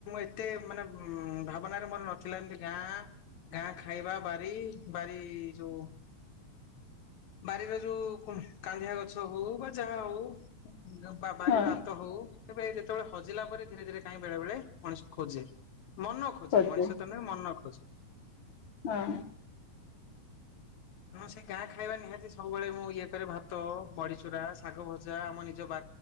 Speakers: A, on the left; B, on the left.
A: ଏତେ ମାନେ ଭାବନାରେ ମୋର ନଥିଲା ଏମତି ଗାଁ ଗାଁ ଖାଇବା ବାରି ବାରି ଯଉ ବାରିର ଯୋଉ କାନ୍ଧିଆ ଗଛ ହଉ ବା ଯାହା ହଉ ବା ବାରିର
B: ହଁ
A: ହାତ ହଉ ତବେ ଯେତେବେଳେ ହଜିଲା ପରେ ଧୀରେ ଧୀରେ କାହିଁ ବେଳେ ବେଳେ ମଣିଷକୁ ଖୋଜେ। ମନ ଖୋଜେ
B: କରୁଚି
A: ମଣିଷ ତ ନଁ ମନ ଖୋଜେ
B: ହଁ!
A: ମୁଁ ସେ ଗାଁ ଖାଇବା ନିହାତି ସବୁବେଳେ ମୁଁ ଇଏ କରେ ଭାତ ବଡିଚୁରା ଶାଗ ଭଜା ଆମ ନିଜ ବା